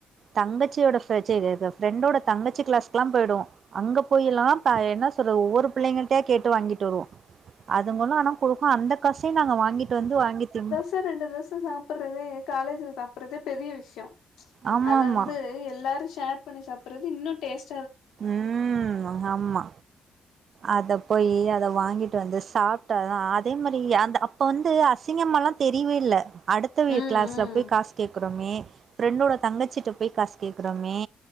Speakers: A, on the right; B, on the left.
A: தங்கச்சியோட ஃப் ச்சி இது இது ஃப்ரெண்டோட தங்கச்சி கிளாஸ்குலா போயிடுவோ அங்க போயில்லா ப என்னா சொல்றது ஒவ்வோரு புள்ளைங்கள்ட்டயாக் கேட்டு வாங்கிட்டு வருவோ அதுங்களு ஆனா போக அந்த காசையு நாங்க வாங்கிட்டு வந்து வாங்கித் திம்போ
B: த்த ரெண்டு தோச சாப்புடுறதே காலேஜ்ல சாப்புடுறதே பெரிய விஷ்யோ
A: ஆமா
B: அத
A: ஆமா
B: வந்து எல்லாரு ஷேர் பண்ணி சாப்புறது இன்னு டேஸ்
A: உம் ஆமா அத போய் அத வாங்கிட்டு வந்து சாப்ட்டாதா அதே மாரி அந்த அப்போ வந்து அசிங்கமால்லா தெரியவே இல்ல அடுத்தவிய
B: ம்
A: கிளாஸ்ல
B: ம்
A: போய் காசு கேக்றோமே ஃப்ரெண்டோட தங்கச்சிட்ட போய் காசு கேக்றோமே